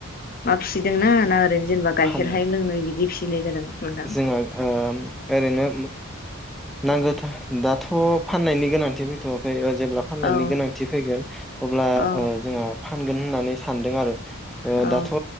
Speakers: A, on the left; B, in the centre.
A: माबा फिदोंना ना, जेनबा गाइखेर
B: फाननो
A: हाय लोंनाय बिदि फिस गिनाय जादों, नोंथां
B: जोंहा ओ ओरैनो नांगौथा दाथ' फाननायनि गोनांथि फैथ', <unintelligible> जेब्ला फाननायनि
A: औ
B: गोनांथि फैगोन अब्ला
A: औ
B: ओ जोंहा, फानगोन होननानै सानदों आरो
A: औ
B: दाथ'